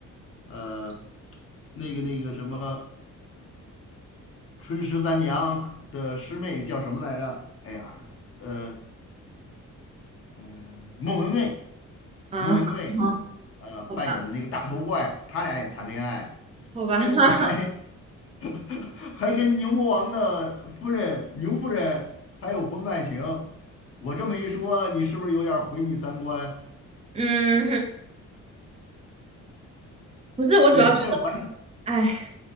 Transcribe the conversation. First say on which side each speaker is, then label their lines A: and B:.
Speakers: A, on the left; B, on the right.
A: 呃那个那个什么春十三娘的师妹叫什么来着？哎呀，呃。嗯，莫文蔚，
B: 啊，
A: 莫文蔚，
B: 好，
A: 呃，扮演的那个大头怪，
B: 好吧，
A: 他俩也谈恋爱，
B: 好吧，
A: 甚至还
B: <laughs>
A: <laughs> 还跟牛魔王的夫人牛夫人还有婚外情。我这么一说，你是不是有点儿毁你三观？
B: 嗯，不是，我主要觉得，
A: 对，这完
B: 哎，哎